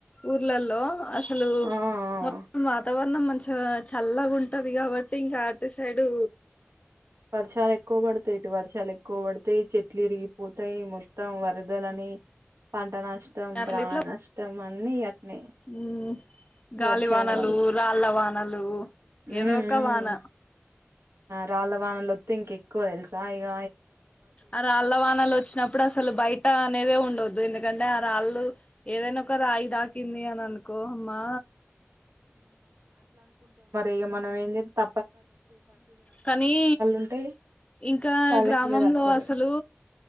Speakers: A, on the left; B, on the right.
A: ఊర్లలో అ హలో
B: ఆ ఆ
A: మొత్తం మాతవ న్నా మంచిగా చల్లగా ఉంటది కాబట్టి ఇంకా అటు సైడు
B: వర్షాలు ఎక్కువ పడతాయి ఇటు వర్షాలు ఎక్కువ పడితాయి చెట్లు విరిగిపోతాయి మొత్తం వరదలని పంట నాశ నష్టం
A: అట్లా
B: ప్రా
A: ఇట్లా
B: నష్టం అన్ని అట్నే
A: ఉమ్ గాలి
B: వర్షాల
A: వానలు
B: వల్ల
A: రాళ్ళ వానలు ఏదో
B: ఉమ్
A: ఒక
B: ఉమ్
A: వాన
B: రాళ్ళ వానల వత్త ఇంక ఎక్కువ తెలుసా ఇక
A: అర అల్లవానాలు వచ్చినప్పుడు అసలు బయట అనేదే ఉండొద్దు ఎందు ఎందుకంటే ఆ రాళ్ళు ఏదైనా ఒక రాయి తాకింది అని అనుకో అమ్మా
B: ఇ మనం ఏం త
A: కానీ
B: ఉంటే
A: ఇంకా
B: వాళ్ళకి
A: గ్రామంలో
B: ఇగ తప్పదు
A: అసలు